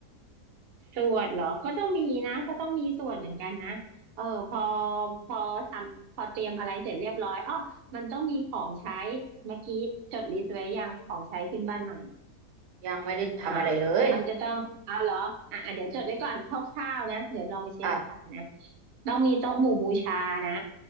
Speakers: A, on the right; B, on the right.
A: สวดเหรอก็ต้องมีนะก็ต้องมีสวดเหมือนกันนะเออพอพอทำพอเตรียมอะไรเสร็จเรียบร้อยอ๋อมันต้องมีของใช้เมื่อกี้จดลิสต์ไว้ยังของใช้ขึ้นบ้านใหม่
B: ยังไม่ได้ทำอะไรเลย
A: อ่ามันจะต้องเอาเหรออ่ะอ่ะเดี๋ยวจดไว้ก่อนคร่าวๆนะเดี๋ยวลองไปเช็คราคานะ
B: ค่ะ
A: ต้องมีโต๊ะหมู่บูชานะ